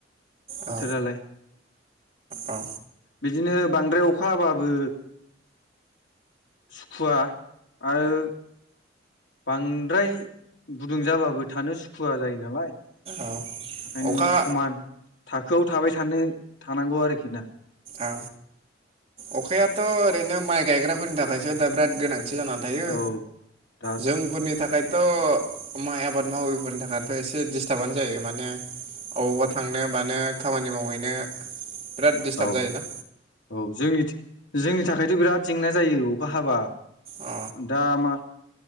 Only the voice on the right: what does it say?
औ औ
औ
अखा
औ अखायाथ' ओरैनो माइ गायग्राफोरनि थाखायसो दा बिराद गोनांथि। थि जानानै थायो
जोंफोरनि थाखाय थ' माइ आबाद माविफोरनि थाखायथ' एसे दिस्टाबानो जायो माने अबावबा थांनो मानो खामानि मावहै नो बिराद दिस्टार्ब
जायोना
अ